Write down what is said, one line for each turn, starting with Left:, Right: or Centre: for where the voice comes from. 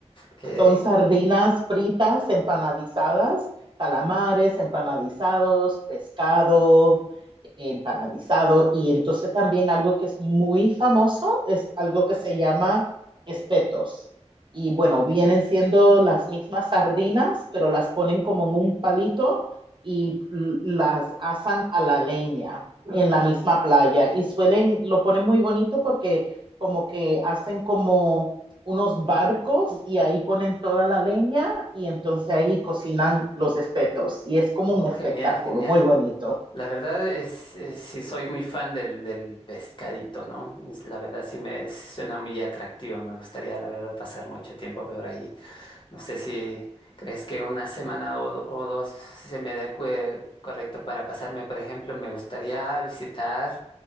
Left: Que,
Right: son sardinas fritas, empanadizadas, calamares empanadizados, pescado empanadizado. Y entonces también algo que es muy famoso es algo que se llama espetos. Y bueno, vienen siendo las mismas sardinas, pero las ponen como en un palito y l- las asan a la leña en la misma playa. Y suelen, lo ponen muy bonito porque como que hacen como unos barcos y ahí ponen toda la leña y entonces ahí cocinan los espetos y es como
Left: oh,
Right: un espectáculo
Left: genial, genial.
Right: muy bonito.
Left: La verdad es, es- sí soy muy fan del, del pescadito, ¿no? Es- la verdad sí me suena muy atractivo. Me gustaría, la verdad, pasar mucho tiempo por ahí. No sé si crees que una semana o, do- o dos se me adecue correcto para pasarme, por ejemplo, me gustaría visitar.